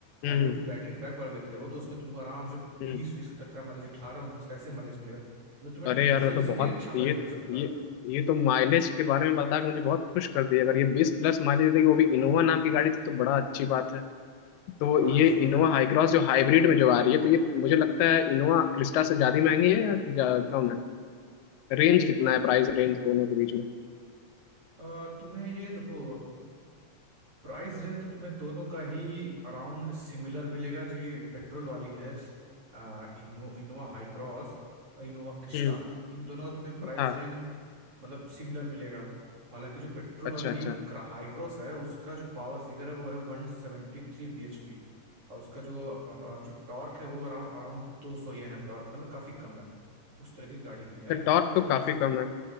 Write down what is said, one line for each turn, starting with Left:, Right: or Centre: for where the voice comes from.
Right: हाइब्रिड
Left: हम्म
Right: बैटरी पैक वाला लेते हो तो उसमें तुमको आराम से बीस
Left: हम्म
Right: बीस तक का माइलेज अठारह उन्नीस का ऐसे माइलेज मिलेगा मतलब तुम्हें
Left: अरे
Right: डीजल
Left: यार ये तो बहुत
Right: से भी अच्छा माइलेज
Left: ये
Right: मिल सकता
Left: ये
Right: है
Left: ये तो माइलेज के बारे में बता के मुझे बहुत खुश कर दिया अगर ये बीस प्लस माइलेज देगी वो भी इनोवा नाम की गाड़ी थी तो बड़ा अच्छी बात है तो
Right: हाँ
Left: ये
Right: इसीलिए
Left: इनोवा हाई क्रॉस जो हाइब्रिड में जो आ रही है तो ये मुझे लगता है इनोवा क्रिस्टा से ज्यादा महंगी है या जा, कम है रेंज कितना है प्राइस रेंज दोनों के बीच में
Right: अ, तुम्हें ये देखो प्राइस रेंज तो तुम्हें दोनों का ही अराउंड सिमिलर मिलेगा जो ये पेट्रोल वाली है अ, इनो इनोवा हाई क्रॉस और इनोवा क्रिस्टा
Left: हम्म
Right: इन दोनों का तुम्हें प्राइस
Left: हाँ
Right: रेंज मतलब सिमिलर मिलेगा हालांकि जो पेट्रोल
Left: अच्छा
Right: वाली
Left: अच्छा
Right: हाई क्रॉस है उसका जो पावर फिगर है वो है वन सेवेंटी थ्री बी एच पी और उसका जो अम, और जो टॉर्क है वो अराउंड अराउंड दो सौ एन एम टॉर्क मतलब काफी कम है उस तरह की गाड़ी के लिए हालांकि
Left: तो टॉर्क
Right: तुम्हें उतना
Left: तो
Right: महस
Left: काफी कम है